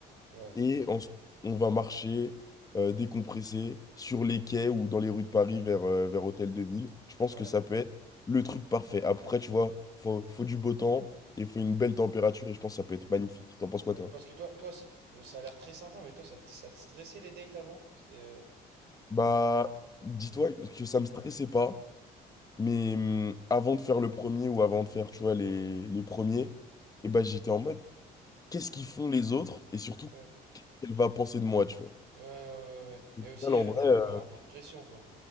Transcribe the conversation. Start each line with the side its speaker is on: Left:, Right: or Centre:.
Right: ouais.
Left: Et ensuite, on va marcher, euh, décompresser sur les quais ou dans les rues de Paris vers, euh, vers Hôtel de Ville. Je pense
Right: ouais.
Left: que ça peut être le truc parfait. Après, tu vois, faut, faut du beau temps et faut une belle température et je pense que ça peut être magnifique. T'en penses quoi,
Right: Ouais,
Left: toi?
Right: Parce que toi, toi, c- euh, ça a l'air très sympa, mais toi, ça, te- ça te stressait les dates avant? C'était, euh,
Left: Bah, dis-toi que ça me stressait pas. Mais hum, avant de faire le premier ou avant de faire, tu vois, les, les premiers, et ben j'étais en mode, qu'est-ce qu'ils font les autres? Et surtout,
Right: ouais,
Left: qu'est-ce qu'elle va penser de moi, tu vois?
Right: ouais, ouais, ouais.
Left: Au
Right: Et aussi,
Left: final, en
Right: euh,
Left: vrai,
Right: t'as,
Left: euh,
Right: ouais, un peu de pression, quoi.